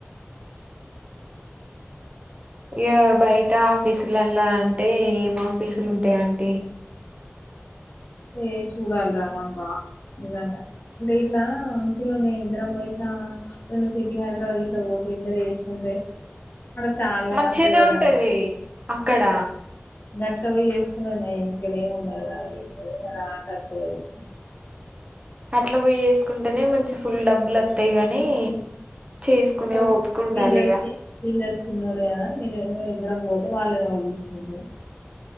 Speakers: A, on the right; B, on the left.
A: ఇగ బయట ఆఫీసులల్ల అంటే ఏం ఆఫీసులు ఉంటాయి అంటీ
B: ఏ చూడాలి రాంగబ్బా నిజంగా అంటే ఇట్లా అంకులున్నా ఇద్దరంబ ఇట్లా సిటీకి హైదరాబాద్ ఇట్లా పోతే ఇద్దరు వేసుకుంటే అక్కడ చాలానే
A: మంచిగనే
B: అత్తయి కదా
A: ఉంటది అక్కడ
B: గట్లా పోయి చేసుకున్నది నయం ఇక్కడేమి ఉండదురా ఏం లేదు రా అంటే వతదలేదు
A: అట్ల పోయి చేసుకుంటేనే మంచి ఫుల్లు డబ్బులు వతైయి కానీ చేసుకునే
B: కాకపోతే
A: ఓపిక ఉండాలిగా
B: పిల్లలు చి పిల్లలు చిన్నోళ్ళు కదా నేను ఇద్దరం పోతే వాళ్లని ఎవరు చూసుకుంటారు